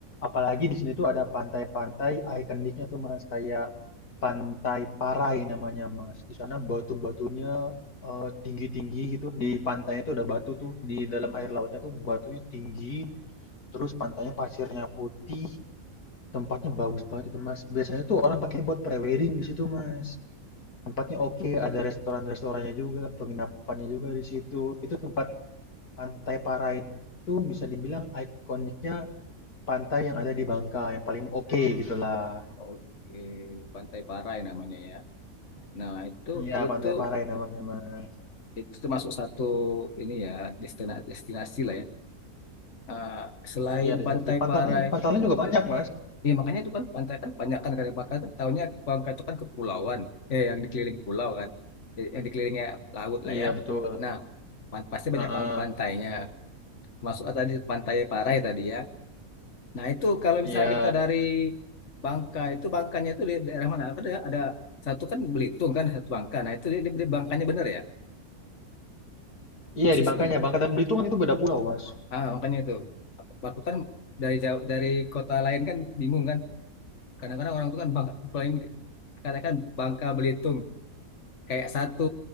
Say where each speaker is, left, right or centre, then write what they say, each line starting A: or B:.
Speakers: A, on the left; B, on the left.
A: Apalagi di sini tuh ada pantai-pantai ikoniknya tuh Mas, kayak Pantai Parai namanya Mas. Di sana batu-batunya eh, tinggi-tinggi gitu. Di pantainya tuh ada batu tuh di dalam air lautnya tuh batunya tinggi terus pantainya pasirnya putih tempatnya bagus banget itu mas biasanya tuh orang pakai buat prewedding di situ mas tempatnya oke ada restoran-restorannya juga penginapannya juga di situ itu tempat pantai Parai itu bisa dibilang ikoniknya pantai yang ada di Bangka yang paling oke gitulah
B: Oke, Pantai Parai namanya ya. Nah, itu
A: iya
B: itu
A: pantai Parai namanya mas
B: itu termasuk satu ini ya destina- destinasi lah ya. Ah, selain
A: iya di
B: Pantai
A: sana sih pantai
B: Parai
A: pantainya juga banyak mas
B: Iya makanya itu kan pantai kan banyak kan kalau bakar kan tahunya Bangka itu kan kepulauan eh yang dikelilingi pulau kan Jadi, yang dikelilingi laut lah
A: iya
B: ya
A: betul
B: nah pan- pasti
A: Heeh.
B: banyak pang- pantainya masuk kan tadi pantai Parai tadi ya nah itu kalau misalnya
A: iya
B: kita dari Bangka itu Bangkanya itu di daerah mana Kan ada ada satu kan Belitung kan satu Bangka nah itu dia, dia dia Bangkanya benar ya
A: iya
B: posisinya
A: di Bangkanya Bangka dan Belitung kan itu beda pulau mas
B: ah makanya itu aku kan dari jauh dari kota lain kan bingung kan kadang-kadang orang itu kan Bangka, paling- katakan Bangka Belitung kayak satu